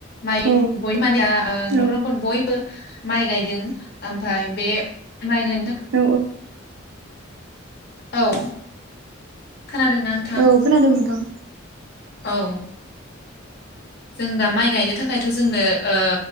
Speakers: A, on the left (about 50°); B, on the right (about 65°).
A: माइ
B: औ
A: बय माने दा ओ न'खर
B: औ
A: न'खर बयबो माइ गायदों ओमफाय बे माइ गायनो थाख
B: औ
A: औ खोनादोंना नोंथां?
B: औ खोनादों नोंथां
A: औ। जों दा माइ गायनो थाखायथ' जोंनो ओ